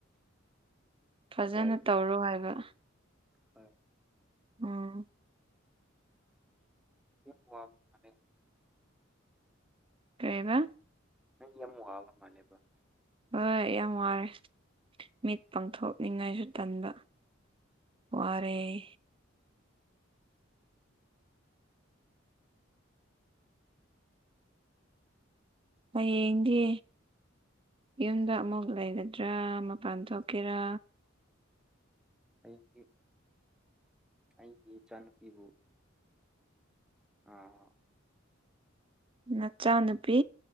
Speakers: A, on the right; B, in the centre.
A: ꯐꯖꯅ
B: ꯍꯣꯏ
A: ꯇꯧꯔꯣ ꯍꯥꯏꯕ
B: ꯍꯣꯏ
A: ꯎꯝ
B: ꯀ ꯋꯥꯕꯅꯦ
A: ꯀꯩꯕ
B: ꯅꯪ ꯑꯃꯨꯛ ꯑꯕ ꯃꯥꯥꯟꯅꯦꯕ
A: ꯍꯣꯏ ꯌꯥꯝ ꯋꯥꯔꯦ ꯃꯤꯠ ꯄꯥꯡꯊꯣꯛꯅꯤꯉꯥꯏꯁꯨ ꯇꯟꯕ ꯋꯥ ꯔꯩ ꯑ ꯍꯌꯦꯡꯗꯤ ꯌꯨꯝꯗ ꯑꯃꯨꯛ ꯂꯩꯒꯗ꯭ꯔꯥ ꯃꯄꯥꯟ ꯊꯣꯛꯀꯦꯔꯥ
B: ꯑꯩꯗꯤ ꯑꯩꯒꯤ ꯏꯆꯥꯅꯨꯄꯤꯕꯨ ꯑ
A: ꯃꯆꯥꯅꯨꯄꯤ